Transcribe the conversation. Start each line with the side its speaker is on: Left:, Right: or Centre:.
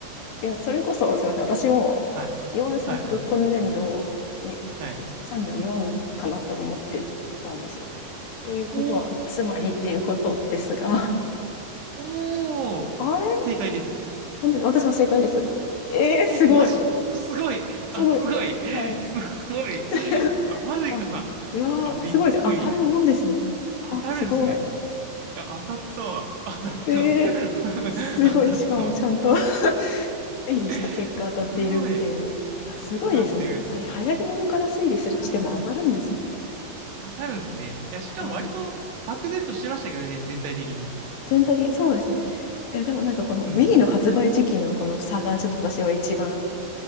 Left: いや、それこそ、すいません、私も、
Right: はい。
Left: 岩尾さんこと今年度、
Right: はい。はい。
Left: い
Right: はい
Left: 34かなと思ってたんですよ。ということは、
Right: お
Left: つまりっていうことですが、
Right: ー。おー。
Left: <laughs> あれ
Right: 正解です。
Left: 本当に、私も正解です。ええすごい。
Right: え、マジですごい。
Left: すごい。
Right: あ、すごい。
Left: はい。
Right: すごい。
Left: <laughs>
Right: あ、マジか。
Left: あ、いやー、
Right: あ、びっくり。
Left: すごいです。当たるもんですね。
Right: 当たるんすね。
Left: あ、すごい。
Right: いや、当たったわ。当たったわ。
Left: ええすごい。
Right: <laughs> 当たったわ。
Left: しかもちゃんと <laughs> 推理した結果当たっているっていう。
Right: <laughs> すごい。
Left: すごいですね。
Right: 当たってる。
Left: やっぱり流行り物から推理する、
Right: いやー。
Left: しても当たるんですね。
Right: 当たるんですね。いや、しかも割と漠然としてましたけどね、
Left: はい。
Right: 全体的に。
Left: 全体的に、そうですね。え、でもなんかこの
Right: うん。
Left: Wii の発売時期のこの差がちょっと私は一番